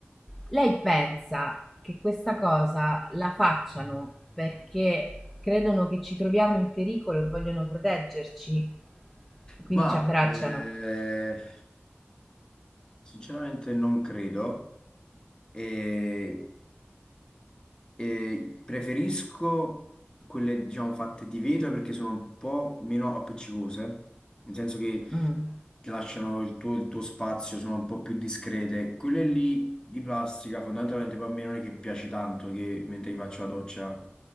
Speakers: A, in the centre; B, on the left.
A: Lei pensa che questa cosa la facciano perché credono che ci troviamo in pericolo e vogliono proteggerci e quindi
B: ma
A: ci abbracciano?
B: eh, sinceramente non credo. E, e preferisco quelle, diciamo, fatte di vetro perché sono un po' meno appiccicose, nel senso che
A: Mm.
B: ti lasciano il tuo, il tuo spazio, sono un po' più discrete. Quelle lì di plastica, fondamentalmente per me non è che piace tanto che mentre gli faccio la doccia